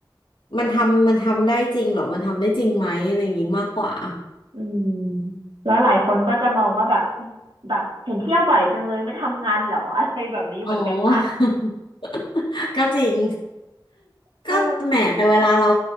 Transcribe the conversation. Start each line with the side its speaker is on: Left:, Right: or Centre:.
Left: มันทำมันทำได้จริงเหรอมันทำได้จริงไหมอะไรอย่างงี้มากกว่า
Right: อืมแล้วหลายคนก็จะมองว่าแบบแบบเห็นเที่ยวบ่อยจังเลยไม่ทำงานเหรออะไรแบบนี้เหมือนกันนะ
Left: อ๋อ <laughs> ก็จริง
Right: เออ
Left: ก็แหมแต่เวลาเรา